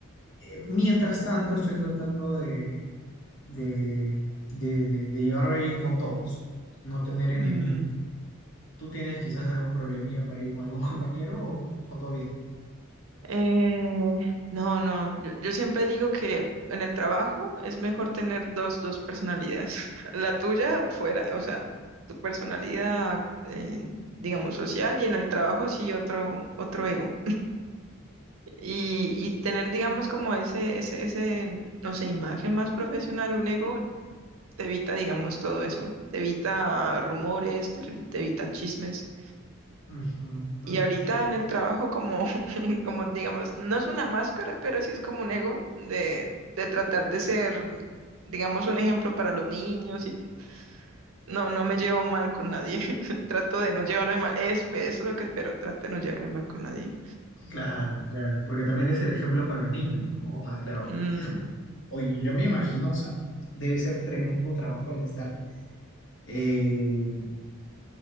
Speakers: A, on the left; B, on the right.
A: eh, mientras tanto, estoy tratando de, de, de- de- de llevarme bien con todos, no tener enemigos.
B: mm.
A: ¿Tú tienes quizás algún problemilla por ahí con algún <laughs> compañero o o todo bien?
B: Eh, no, no, yo, yo siempre digo que en el trabajo es mejor tener dos, dos personalidades. <laughs> La tuya fuera, o sea, tu personalidad, eh, digamos, social y en el trabajo sí otro, otro ego. Y, y tener, digamos, como ese, ese, ese, no sé, imagen más profesional, un ego, te evita, digamos, todo eso. Te evita rumores, te te evita chismes.
A: Ujú, ujú.
B: Y ahorita en el trabajo como, <laughs> como digamos, no es una máscara, pero sí es como un ego de, de tratar de ser, digamos, un ejemplo para los niños y t- no, no me llevo mal con nadie. <laughs> Trato de no llevarme mal. Es, es lo que espero, trato de no llevarme mal con nadie.
A: Claro, claro, porque también es el ejemplo para los niños, ¿no? O sea, claro,
B: Mm,
A: oye, yo me imagino, o sea, debe ser tremendo trabajo el estar, eh,